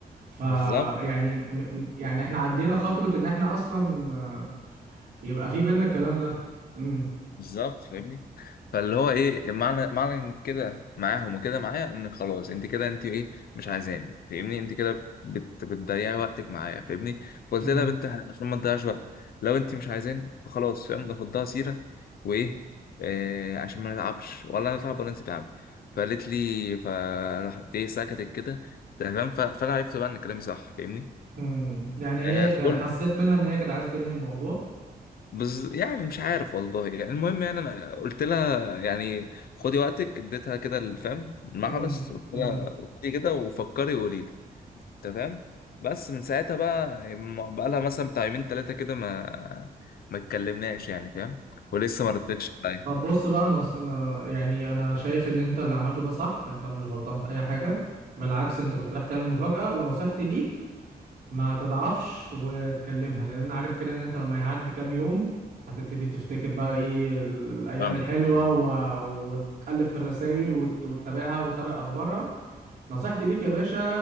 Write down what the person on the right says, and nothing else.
ف
يعني م- م- يعني احنا عدينا خطوه ان احنا اصلا آه، يبقى في بينا الكلام ده امم
أمم.
أمم. يعني هي
ت-
حسيت منها ان هي كانت عايزه تنهي الموضوع
امم
أمم.
طب بص بقى انا انا يعني انا شايف ان انت اللي عملته ده صح انت مش غلطان في اي حاجه بالعكس انت كنت رايح تعمل مفاجاه ونصيحتي ليك ما تضعفش وتكلمها لان انا عارف كده ان انت لما يعدي كام يوم هتبتدي تفتكر بقى ايه ال- الايام
الحلوه
و... وتقلب في الرسائل وت... وتتابعها وتتابع اخبارها نصيحتي ليك يا باشا